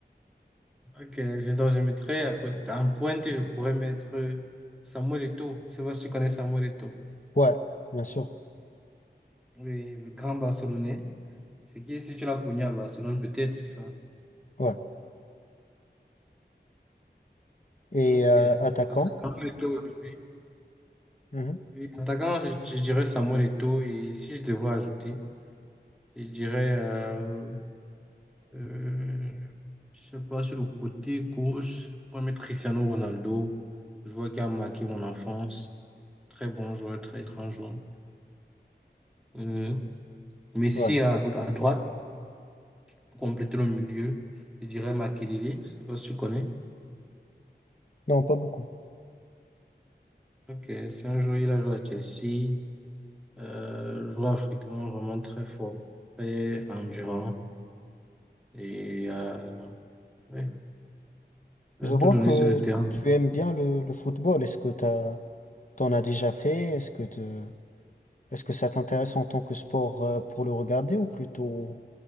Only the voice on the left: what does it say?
Ouais, bien sûr.
Ouais. Et
euh, attaquant?
Mhm.
Ouais.
Non, pas beaucoup.
Je
vois
que
tu aimes bien le, le football. Est-ce que t'as, t'en as déjà fait? Est-ce que te, est-ce que ça t'intéresse en tant que sport euh, pour le regarder ou plutôt